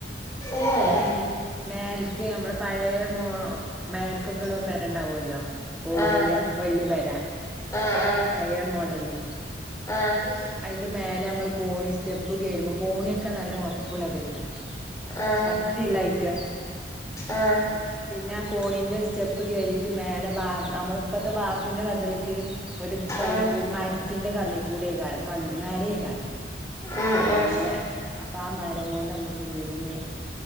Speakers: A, on the left; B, in the centre.
A: ഏഹ്
B: ഇല്ല് മേൽ ഓക്കെ നമ്മൾ പഴേ മോൾ മേൽക്കൊക്കെ ഉള്ള പെരയുണ്ടാവുവല്ലോ ഓടിന്റെ
A: ആഹ്
B: വല്യ പെര
A: ആഹ് ആഹ്
B: പഴയ മോഡല്
A: ആഹ്
B: അതിന്റെ മേലെ നമ്മള് കോണി സ്റ്റെപ്പ് കയറുമ്പം പോണിയൊക്കെ നല്ല ഉറപ്പുള്ളതേകാരാ
A: ആഹ്
B: പട്ടില്ല ഐറ്റ
A: ആഹ്
B: പിന്നെ കോലിന്റ് സ്റ്റെപ്പ് കേറിയിട്ട് മേലെ ബാർ് നമ്മള് ഇപ്പഴത്തെ ബാർപ്പിന്റെ വതില് കെ ഒരു പള്ളിക്കൂട്മരത്തിന്റെ
A: ആഹ്
B: കള്ളി കൂടേ രാര് കല്മ്മാരെ കര <unintelligible>
A: ആഹ്
B: നല്ല അപ്പൊ ആ മരം കൊണ്ട് നമ്മുക്ക് വീടിനെ